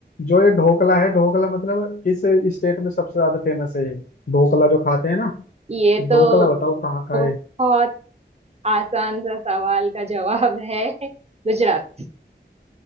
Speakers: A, on the left (about 60°); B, on the right (about 35°).
A: जो ये ढोकला है ढोकला मतलब किस स्टेट में सबसे ज्यादा फेमस है ये ढोकला जो खाते हैं ना
B: ये
A: ढोकला
B: तो
A: बताओ कहाँ का
B: बहुत
A: है
B: आसान सा सवाल का जवाब है गुजरात